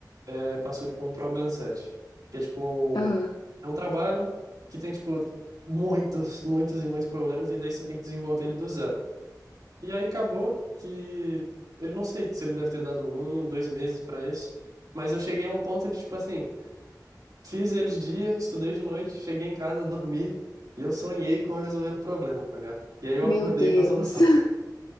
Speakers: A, on the right; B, on the left.
A: eh, passou, tipo, um problem set, que é, tipo,
B: Aham. Aham.
A: é um trabalho que tem, tipo, muitos, muitos e muitos problemas e daí você tem que desenvolver ele do zero. E aí acabou que ele não sei se ele deve ter dado um, dois meses pra isso, mas eu cheguei a um ponto de tipo assim, fiz ele de dia, estudei de noite, cheguei em casa, dormi e eu sonhei com eu resolvendo o problema, tá ligado? E aí eu
B: Meu
A: acordei
B: Deus.
A: com a solução.
B: <laughs>